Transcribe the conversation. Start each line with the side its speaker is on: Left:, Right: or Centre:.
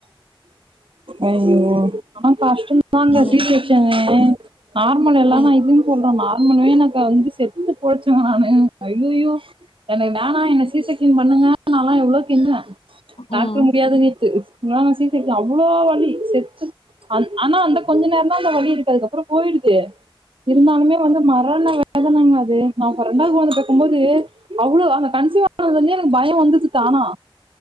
Right: ஐய்யயோ ஆனா கஷ்டம் தாங்க
Left: ம்
Right: சீட்டு வச்சேங்க நார்மல் எல்லாம்
Left: ம்
Right: தான் இதுன்னு சொல்றேன் நார் <unintelligible> எனக்கு வந்து செ எப்டி போச்சுங்க நானு ஐய்யயோ எனக்கு வேணா என்ன சீசை தின் பண்ணுங்க நாலா எவ்ளோ தின்னுவே
Left: ம்
Right: டாக்டர் முடியாதுனித்து முலா நாசி சிக் அவ் அவ்ளோ வலி செத்து அன் ஆனா அந்த கொஞ்ச நேரோ தா அந்த வலி இருக்கதுக்கு அதுக்புறோ போயிடுது இருந்தாலுமே வந்து மரண்ண வேதனங்க அது நாங்கரெண்டாவது கொழந்த பெக்கும் போது அவ்வளவு அது கன்சீவ் ஆனதிலிருந்து எனக்கு பயம் வந்தது தானா